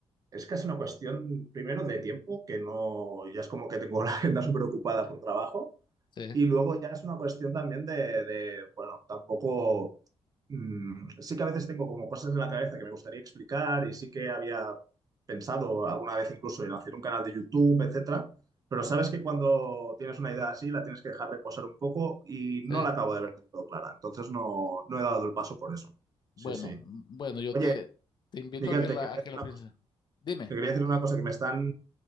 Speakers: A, on the right (about 35°); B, on the left (about 45°).
A: Es casi una cuestión, primero, de tiempo, que no, ya es como que tengo <laughs> la agenda súper ocupada por trabajo,
B: sí,
A: y luego ya es una cuestión también de, de, bueno, tampoco, mm, sí que a veces tengo como cosas en la cabeza que me gustaría explicar y sí que había pensado alguna vez incluso en hacer un canal de YouTube, etcétera, pero sabes que cuando tienes una idea así la tienes que dejar reposar un poco y no
B: sí.
A: la acabo de ver del todo clara, entonces no, no he dado el paso por eso.
B: Bueno,
A: Sí, sí.
B: m- bueno, yo
A: Oye,
B: te, te invito
A: Miguel,
B: a que
A: te
B: la,
A: quería
B: a
A: decir
B: que la
A: una
B: pienses.
A: cosa.
B: Dime.
A: Te quería decir una cosa, que me están,